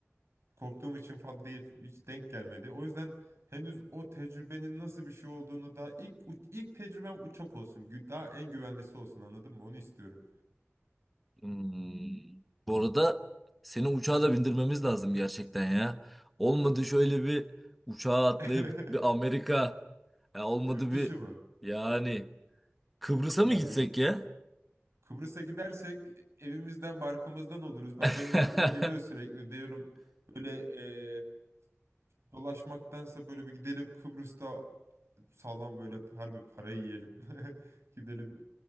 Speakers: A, on the right (about 70°); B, in the centre.
A: Korktuğum için falan değil hiç denk gelmedi. O yüzden henüz o tecrübenin nasıl bir şey olduğunu daha ilk uç- ilk tecrübem uçak olsun. Gü- Daha en güvenlisi olsun anladın mı? Onu istiyorum.
B: Hmm. Bu arada seni uçağa da bindirmemiz lazım gerçekten ya. Olmadı şöyle bir uçağa atlayıp
A: <laughs>
B: bir Amerika. Ya olmadı
A: Yurt dışı
B: bir
A: mı?
B: yani Kıbrıs'a mı
A: Ya
B: gitsek
A: yurt
B: ya?
A: Kıbrıs'a gidersek evimizden barkımızdan oluruz. Bak
B: <laughs>
A: benim aklıma geliyor sürekli diyorum böyle e, dolaşmaktansa böyle bir gidelim Kıbrıs'ta sağlam böyle harbi para yiyelim. <laughs> Gidelim